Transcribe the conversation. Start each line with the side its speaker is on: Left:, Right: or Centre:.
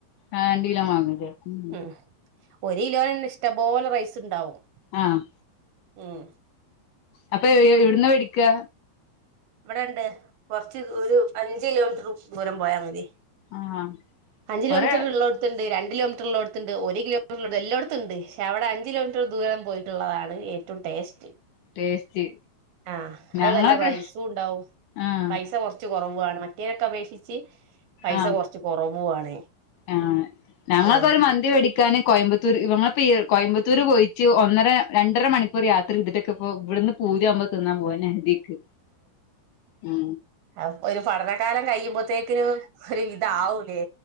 Left: ആഹ് രണ്ട് കിലോ വാങ്ങുവല്ലേ. ഉം
Right: ഉം ഒരു കിലോൻ തന്നെ ഇഷ്ട പോലെ റൈസ് ഇണ്ടാവും.
Left: ആഹ്
Right: ഉം
Left: അപ്പൊ എവിടന്നാ മേടിക്കാ.
Right: ഇവിടെ ഇണ്ട് കൊറച്ച് ഒരു അഞ്ച് കിലോമീറ്റർ ദൂരം പോയാൽ മതി.
Left: ആഹ്
Right: അഞ്ച് കിലോമീറ്റർ
Left: കൊറെ
Right: ഉള്ളടെത്തുണ്ട്. രണ്ട് കിലോമീറ്റർ ഉള്ളടെത്തുണ്ട്. ഒരു കിലോ എല്ലായിടത്തുണ്ട് പക്ഷെ അവിടെ അഞ്ച് കിലോമീറ്റർ ദൂരം പോയിട്ടുള്ളതാണ് ഏറ്റവും ടേസ്റ്റ്.
Left: ടേസ്റ്റ്.
Right: ആഹ്
Left: ഞങ്ങളൊക്കെ
Right: അത് നല്ല റൈസും ഉണ്ടാവും.
Left: ആഹ്
Right: പൈസ കൊറച്ച് കുറവാണ് മറ്റേനൊക്കെ അപേക്ഷിച്ച്. പൈസ
Left: ആഹ്
Right: കൊറച്ച് കൊറവുവാണ്
Left: ആഹ് ഞങ്ങൾക്കൊരു
Right: ഓഹ്
Left: മ ന്തി മേടിക്കാന് കോയമ്പത്തൂർ ഇവങ്ങ കോയമ്പത്തൂർ പോയിട്ട് ഒന്നര രണ്ടര മണി ഇപ്പയൊരു യാത്ര ചെയ്തിട്ടൊക്കെ ഇപ്പ ഇവിടന്ന് പൂതീയാവുമ്പോ തിന്നാൻ പോയാന് നഹ്ദിക്ക് ഉ
Right: ആഹ് ഒരു പഠനകാലം കഴിയുമ്പോത്തേക്കിന് ഒരു വിതാവൂലേ